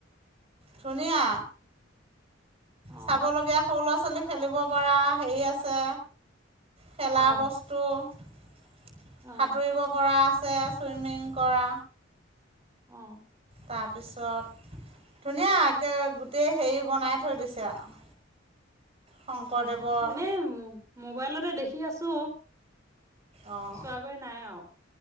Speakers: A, on the right (about 30°); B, on the right (about 15°).
A: ধুনিয়া
B: অ
A: চাব লগগীয়া সৰু ল' ছোৱলী খেলিব পৰা হেৰি আছে। খেলা
B: অ
A: বস্তু সাঁতুৰিব
B: অ
A: পৰা তে ছুইমিং কৰা
B: অ
A: তাৰপিছত ধুনীয়া একে গোটেই হেৰি বনাই থৈ দিছে আৰু শংকৰদেৱৰ
B: অ', এনেই মোবাইলতে দেখি আছো
A: অঁ
B: চোৱাগৈ নাই আৰু